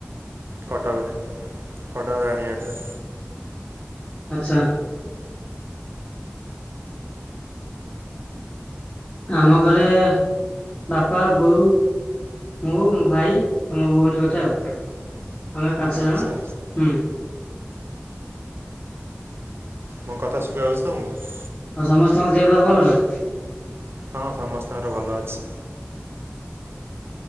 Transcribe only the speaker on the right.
କଟକରେ କଟକ ରାଣୀହାଟରେ।
ଆଚ୍ଛା
ମୋ କଥା ଶୁବା ଯାଉଛି ତମକୁ?
ହଁ ସମସ୍ତଙ୍କର ଭଲ ଅଛି।